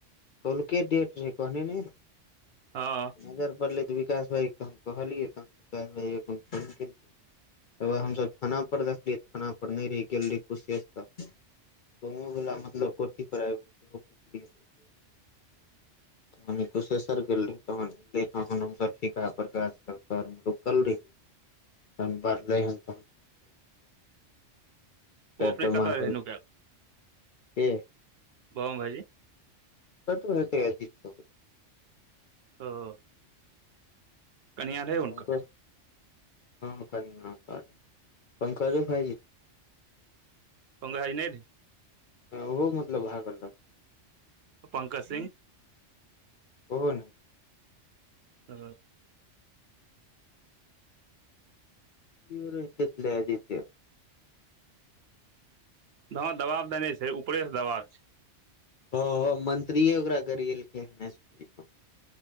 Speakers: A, on the left; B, on the right.
A: कल के डेट रहै कहने ने रहू
B: हँ
A: नजर पड़ले विकास भाय तहन कहलियै तहन विकास फोन के लके ए हमसब थाना पर देखलियै थाना पर नहि रहि गेल रे कुशशेवर गाँवो वला मतलब कोठी पर आबि कऽ सेहो पुछलियै
B: ह <inaudible>
A: तहनी कुशेश्वर गेल रही तहने तहन हमस ठीका प्रकाश ल तर मे रुकल रहियै त बढ़ले हन त <inaudible> पेड
B: ओ अपने
A: मार
B: कतऽ रहै नुकायल
A: कि
B: बम भायजी
A: त तू <inaudible> होेतै अजीत सो
B: ओ कनिया रहै उनका
A: पंकज हँ कनिय ओत रहै पंकजो भाय जी
B: पंकज भायजी नय रहै
A: हं ओहो मतलब भागल रहथिन
B: पंकज सिंह
A: ओहो न
B: ओ
A: क्यो रहतै त लै जयतै
B: हँ दबाब देने छै ऊपरेसँ दबाब छै
A: हॅं मंत्रीए ओकरा गरेएलखै एस पी